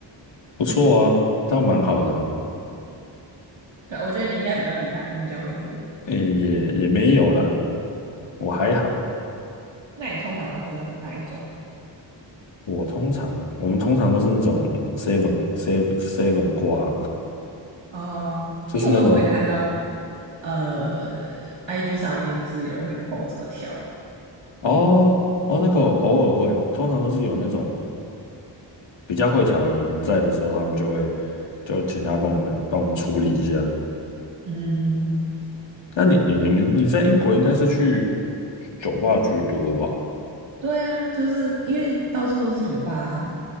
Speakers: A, on the left; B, on the right.
A: 不错啊，这样蛮好的。
B: 对啊，我觉得你应该比较厉害，你比较会喝。
A: 诶，也也没有啦，我还好。
B: 那你通常会喝哪一种？
A: 我通常我们通常都是那种 seven seven seven 挂，
B: 哦、
A: <laughs> 就是那种
B: 因为有时候我会看到。呃，IG 上面就是有人会 po 怎么调。
A: 哦哦那个偶尔会，通常都是有那种比较会调的人在的时候，他们就会就请他帮我们帮我们处理一下。
B: 嗯，
A: 那你你你们你在英国应该是去酒吧居多吧？
B: 对啊，就是因为到处都是酒吧啊